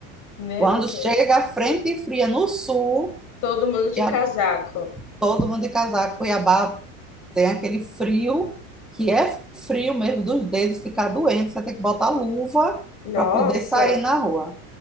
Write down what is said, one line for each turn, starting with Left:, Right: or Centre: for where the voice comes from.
Left: Meu
Centre: Quando
Left: Deus.
Centre: chega a frente fria no sul,
Left: Todo mundo
Centre: Cuiabá-
Left: de casaco.
Centre: todo mundo de casaco, Cuiabá tem aquele frio, que é frio mesmo dos dedos, ficar doente, você tem que botar luva
Left: Nossa.
Centre: para poder sair na rua.